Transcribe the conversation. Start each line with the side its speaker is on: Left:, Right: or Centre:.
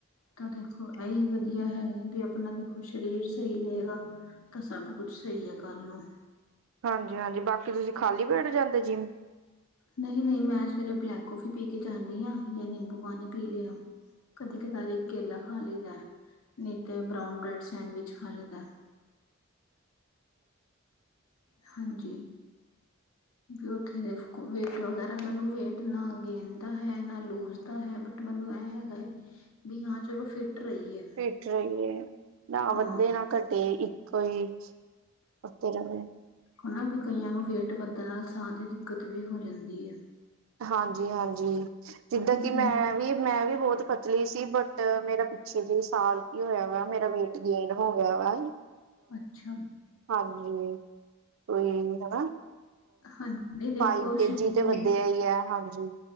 Left: ਤਾਂ ਦੇਖੋ ਐਹੀ ਵਧੀਆ ਹੈਗਾ ਵੀ ਆਪਣਾ ਦੇਖੋ ਸ਼ਰੀਰ ਸਹੀ ਰਹੇਗਾ। ਤਾਂ ਸਭ ਕੁੱਛ ਸਹੀ ਹੈ ਕੱਲ ਨੂੰ
Right: ਹਾਂਜੀ-ਹਾਂਜੀ ਬਾਕੀ ਤੁਸੀਂ ਖਾਲੀ ਪੇਟ ਜਾਂਦੇ ਜਿਮ
Left: ਨਈ-ਨਈ ਮੈਂ ਸਵੇਰੇ ਬਲੈਕ ਕੌਫੀ ਪੀ ਕੇ ਜਾਂਣੀ ਹਾਂ ਜਾਂ ਨਿੰਬੂ ਪਾਣੀ ਪੀ ਲਿਆ। ਕਦੀ ਕਤਾਰੀ ਕੇਲਾ ਖਾ ਲਈਦਾ ਨਈਤੇ ਬਰਾਊਨ ਬ੍ਰੈਡ ਸੈਂਡਵਿਚ ਖਾ ਲਈਦਾ। ਹਾਂਜੀ ਵੀ ਉੱਥੇ ਦੇ ਵੇਟ ਵਗੈਰਾ ਮੈਨੂੰ ਵੇਟ ਨਾ ਗੇਨ ਦਾ ਹੈ ਨਾ ਲੂਜ ਦਾ ਹੈ ਬਟ ਮੈਨੂੰ ਇਹ ਹੈਗਾ ਵੀ ਹਾਂ ਚਲੋ ਫਿਟ ਰਹੀਏ।
Right: ਫਿੱਟ ਰਹੀਏ ਨਾ
Left: ਹਾਂ
Right: ਵੱਧੇ ਨਾ ਘਟੇ ਇੱਕੋ ਹੀ ਉਤੇ ਰਏ।
Left: ਹਨਾ ਵੀ ਕਈਆਂ ਨੂੰ ਵੇਟ ਵੱਧਣ ਨਾਲ ਸਾਹ ਦੀ ਦਿੱਕਤ ਵੀ ਹੋ ਜਾਂਦੀ ਹੈ।
Right: ਹਾਂਜੀ-ਹਾਂਜੀ ਜਿੱਦਾਂ
Left: ਨਿੱਕੇ
Right: ਕਿ ਮੈਂ
Left: ਨਿੱਕੇ-
Right: ਵੀ ਮੈਂ ਵੀ ਬਹੁਤ ਪਤਲੀ ਸੀ ਬਟ ਮੇਰਾ ਪਿੱਛੇ ਜੇ ਸਾਲ ਕੀ ਹੋਇਆ ਵ ਮੇਰਾ ਵੇ ਗੇਨ ਹੋ ਗਿਆ ਵਾ।
Left: ਅੱਛਾ
Right: ਹਾਂਜੀ ਕੋਈ ਹਨਾ।
Left: ਹਾਂਜੀ ਨਹੀਂ ਦੇਖੋ
Right: ਫਾਈਵ
Left: ਸਰੀਰ
Right: ਕੇ ਜੀ ਤੇ
Left: ਲਈ
Right: ਵਧਿਆ ਈ ਐ ਹਾਂਜੀ।